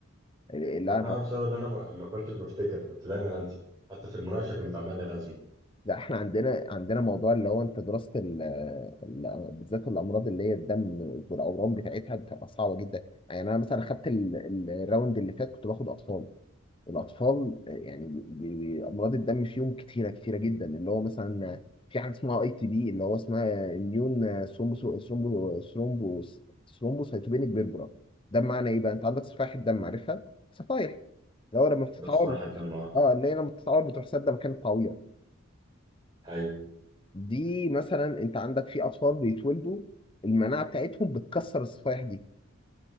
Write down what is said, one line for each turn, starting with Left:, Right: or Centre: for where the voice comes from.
Left: اللي انا
Right: بكرهها
Left: عارفها
Right: بسبب ان انا ما ما كنتش بفتكر كنت دايما انسى حتى في المناقشه كانت عامله لي ازمه
Left: لا احنا عندنا عندنا موضوع اللي هو انت دراسه ال- ال- بالذات الامراض اللي هي الدم والاورام بتاعتها بتبقى صعبه جدا يعني انا مثلا اخدت ال- ال- الراوند اللي فات كنت باخد اطفال الاطفال يعني بي- بي- امراض الدم فيهم كتيره كتيره جدا اللي هو مثلا في حاجه اسمها اي تي بي اللي هو اسمها اميون ثرومبو ثرومبو ثرومبو ثرومبوسيتوبينيك بيربرا ده بمعنى ايه بقى انت عندك صفائح الدم عارفها صفائح اللي هو لما بتتعور
Right: عارف سطح
Left: بتروح
Right: الدم اه
Left: اه اللي هي لما بتتعور بتروح سادة مكان التعويره
Right: ايوه
Left: دي مثلا انت عندك في اطفال بيتولدوا المناعه بتاعتهم بتكسر الصفائح دي